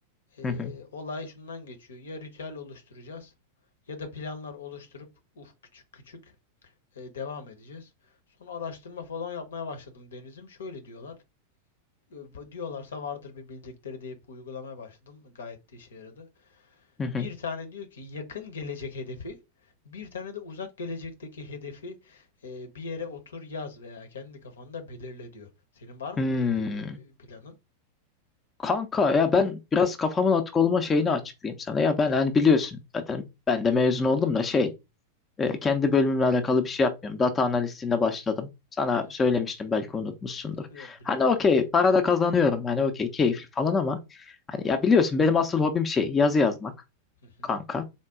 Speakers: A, on the left (about 65°); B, on the left (about 20°).
A: Ee,
B: hı hı,
A: olay şundan geçiyor. Ya ritüel oluşturacağız ya da planlar oluşturup uf küçük küçük e, devam edeceğiz. Sonra araştırma falan yapmaya başladım Deniz'im. Şöyle diyorlar. e, Diyorlarsa vardır bir bildikleri deyip uygulamaya başladım. Gayet de işe yaradı.
B: hı hı.
A: Bir tane diyor ki yakın gelecek hedefi, bir tane de uzak gelecekteki hedefi e, bir yere otur yaz veya kendi kafanda belirle diyor. Senin var mı
B: Hmm.
A: böyle bir planın?
B: Kanka ya ben biraz kafamın atık olma şeyini açıklayayım sana. Ya ben
A: Hı hı.
B: hani biliyorsun zaten ben de mezun oldum da şey e, kendi bölümümle alakalı bir şey yapmıyorum. Data analistliğine başladım. Sana
A: <laughs>
B: söylemiştim belki unutmuşsundur.
A: Yok biliyorum
B: Hani okey
A: biliyorum.
B: para da kazanıyorum hani okey keyifli falan ama hani ya biliyorsun benim asıl hobim şey yazı yazmak
A: Hı hı.
B: kanka.